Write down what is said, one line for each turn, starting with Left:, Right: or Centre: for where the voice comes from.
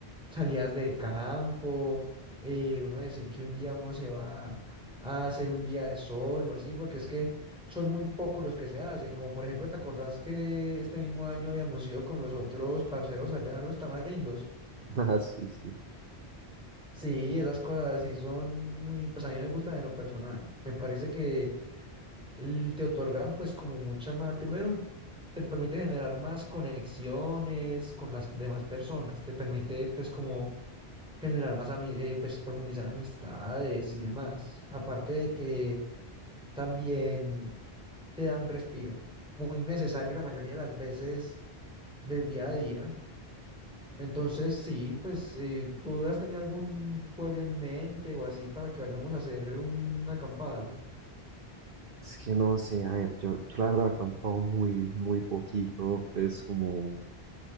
Centre: salidas de campo, eh, uno decir que un día uno se va a hacer un día de sol o así, porque es que son muy pocos los que se hacen. Como por ejemplo, ¿te acordás que este mismo año habíamos ido con los otros parceros allá a los tamarindos?
Right: <laughs> Ah, sí, sí.
Centre: Sí, esas cosas sí son muy, pues a mí me gustan en lo personal. Me parece que l- te otorgan pues como mucha más, primero te permite generar más conexiones con las demás personas, te permite pues como generar más, ami- eh, pues profundizar amistades y demás. Aparte de que también te da un respiro muy necesario la mayoría de las veces del día a día. Entonces, sí, pues, eh, ¿tú has tenido algún pueblo en mente o así para que vayamos a hacer una acampada?
Right: Es que no sé, a ver, yo, yo la verdad he acampado muy, muy poquito, pues como,